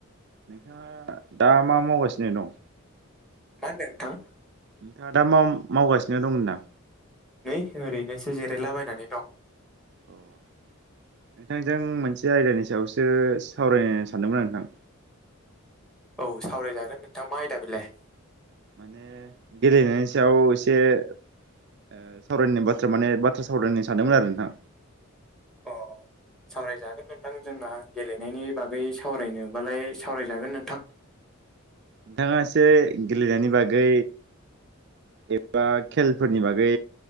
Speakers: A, on the right; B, in the centre.
A: नोंथाङा दा मा मावगासिनो दं
B: मा होनदों नोंथां
A: नोंथाङा दा मा मावगासिनो दं होनदां
B: नै ओरैनोसो जिरायलाबायनानै दं
A: अ नोंथांजों मोनसे आयदानि सायावसो सावरायनो सानदोंमोन आं नोंथां
B: औ सावरायजागोन नोंथां मा आयदा बेलाय
A: माने गेलेनायनि सायाव एसे ओ सावरायनाय बाथ्रा माने बाथ्रा सावरायनो सानदोंमोन आरो नोंथां
B: अ सावरायजागोन नोंथां जोंना गेलेनायनि बागै सावरायनोबालाय सावरायजागोन नोंथां
A: नोंथाङा एसे गेलेनायनि बागै एबा खेलफोरनि बागै